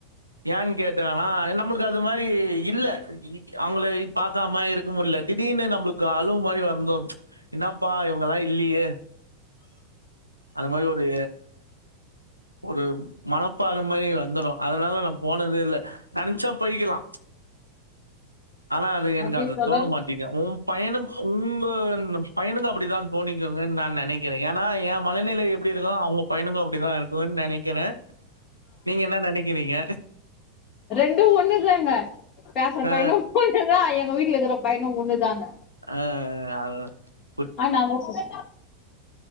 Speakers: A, on the right; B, on the left.
A: ஏன்னு கேட்டன்னா நம்ளுக்கு அது அது இல்ல இருக் அவுங்களையு பாக்காம இருக்க முடில திடீர்னு நம்மளுக்கு அழும் மாரி வந்துரும் என்னாப்பா இவுங்கல்லா இல்லீயே அத மாரி ஒரு ஒரு மனப்பான இது மாரி வந்துரு அதனால நா போனதே இல்ல நெனச்சப் போய்க்கலா ஆனா அது எனக்கு
B: அப்படியே
A: அது
B: தோழர்
A: தோண மாட்டீங்கு உம் பையனுங் உங்கங் பையனுங்க அப்படிதா தோணிக்கங்கன்னு நா நெனைக்கிறே ஏன்னா எ மனநிலை எப்படி இருக்கோ அவுங்க பையனுக்கு அப்படிதா இருக்குன்னு நெனைக்கிறே நீங்க என்ன நெனைக்குறீங்க
B: ரெண்டு ஒன்னுதாங்க பேசுற பையனு
A: அ,
B: புரிஞ்சதா எங் நம்ம வீட்டுல இருக்கிற பையனு ஒன்னு தாங்க
A: அஹ் அஹ் அஹ் அதா
B: அஹ் நா தா சிஸ்